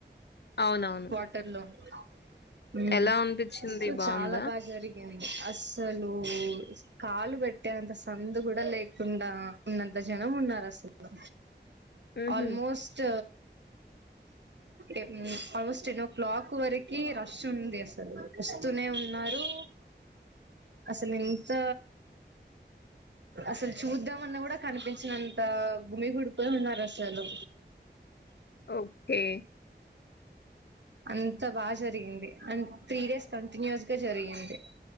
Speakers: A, on the left; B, on the right.
A: అవునవును.
B: వాటర్ లోన్ హ్మ్
A: ఎలా అనిపించింది
B: సో
A: బావుందా?
B: చాలా బా జరిగింది అసలు కాలు పెట్టేంత సందు కూడా లేకుండా ఉన్నంత జనం ఉన్నారు అసలు
A: హుహు.
B: ఆల్మోస్ట్ ఎప్ హ్మ్ ఆల్మోస్ట్ టెన్ ఓ క్లాక్ వరకి రష్ ఉంది అసలు వస్తూనే ఉన్నారు అసలు ఎంత అసలు చూద్దామన్నా కూడా కనిపించినంత గుమి గుడిపో ఉన్నారు అసలు
A: ఓకే
B: అంత బా జరిగింది అండ్ త్రీ డేస్ కంటిన్యూస్గా జరిగింది